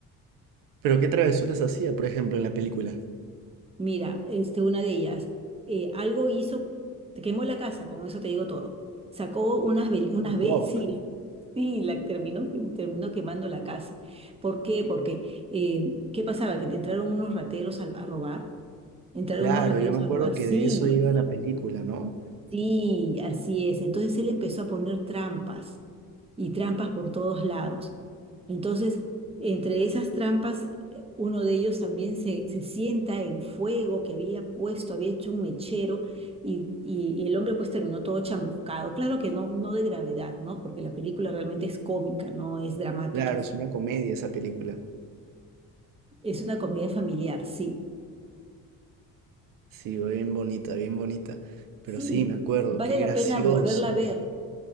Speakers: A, on the right; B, on the right.
A: Pero ¿qué travesuras hacía, por ejemplo, en la película?
B: Mira, este, una de ellas, eh, algo hizo, te quemó la casa, con eso te digo todo. Sacó unas, vel- unas ve-
A: Wow.
B: sí, <laughs> sí, la terminó, que- terminó quemando la casa. ¿Por qué? Porque, eh, ¿qué pasaba? Que entraron unos rateros a, a robar, entraron
A: Claro,
B: unos rateros
A: yo me acuerdo
B: a robar,
A: que
B: sí,
A: de eso iba la película, ¿no?
B: Sí, así es. Entonces él empezó a poner trampas y trampas por todos lados. Entonces, entre esas trampas, eh, uno de ellos también se, se sienta en fuego que había puesto, había hecho un mechero y, y- y el hombre pues terminó todo chamuscado. Claro que no, no de gravedad, ¿no? Porque la película realmente es cómica, no es dramática.
A: Claro, es una comedia esa película.
B: Es una comedia familiar, sí.
A: Sí, bien bonita, bien bonita. Pero
B: Sí,
A: sí, me acuerdo,
B: vale
A: qué gracioso.
B: la pena volverla a ver.